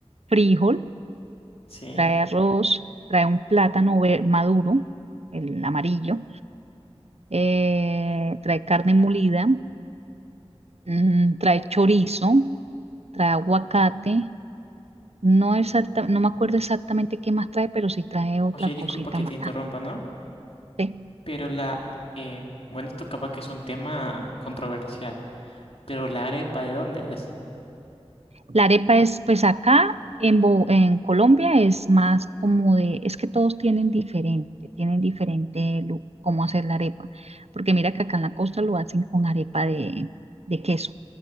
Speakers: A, on the right; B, on the left.
A: frijol,
B: Sí.
A: trae arroz, trae un plátano ver- maduro, el amarillo eh, trae carne molida, mm, trae chorizo, trae aguacate. No, exacta- no me acuerdo exactamente qué más trae, pero sí trae otra
B: Oye, disculpa
A: cosita
B: que
A: más.
B: te interrumpa,
A: Ah,
B: ¿no?
A: sí.
B: Pero la, eh, bueno, esto capaz que es un tema controversial, pero la arepa, ¿de dónde es?
A: La arepa es, pues acá en, Bo- en Colombia es más como de, es que todos tienen diferente, tienen diferente lu- cómo hacer la arepa. Porque mira que acá en la costa lo hacen con arepa de, de queso.